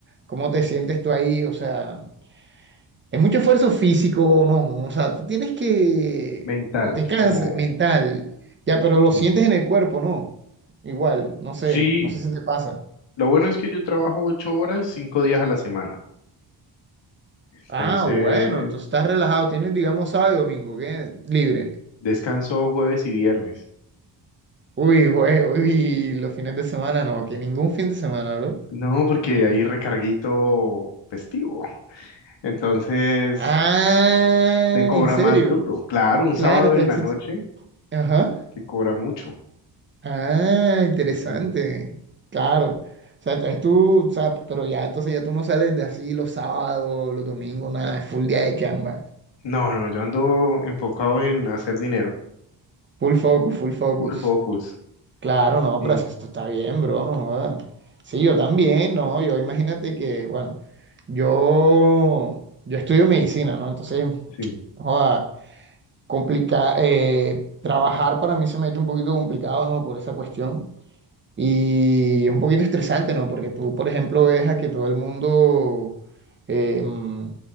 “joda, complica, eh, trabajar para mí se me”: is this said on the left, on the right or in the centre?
Right